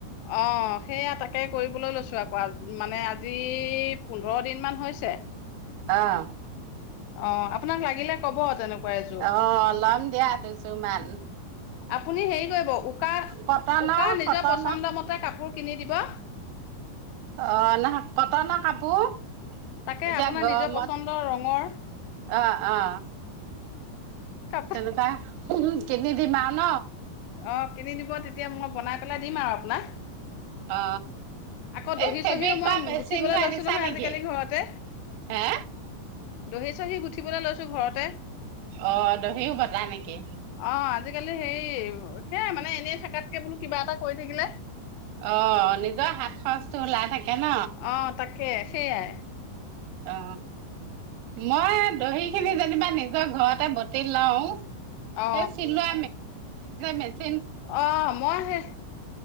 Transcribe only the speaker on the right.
আহ
অ লপ দিয়া দুযুমান
কটনৰ
কটনৰ
অ ন কটনৰ কাপোৰ এতিয়া
গৰমত
অ অ
তেনে কাই উম কিনি দিম আৰু ন
অ
এই ফেব্ৰিক
কৰা মেচিনটো
আনিছা
নেকি
হে
অ দহিও বতা নেকি?
অ নিজৰ হাত খচটো ওলাই থাকে ন?
অ মই দহি খিনি যেনিবা দিম মই ঘৰতে বটি লওঁ
এ চিলোৱা মেজ <unintelligible>